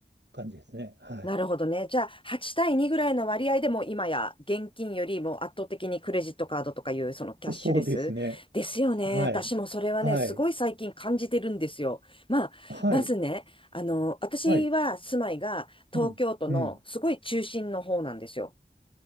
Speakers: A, on the right (about 70°); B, on the left (about 30°).
A: 感じですね。はい。
B: なるほどね。じゃあ、8対2ぐらいの割合でも今や現金よりも圧倒的にクレジットカードとかいうそのキャッシュレスですよね。
A: そうですね。はい。
B: 私もそれはね、
A: はい。
B: すごい最近感じてるんですよ。まあ、
A: はい。
B: まずね、あの、私は住まいが東京都のすごい中心の方なんですよ。
A: はい。うん。うん。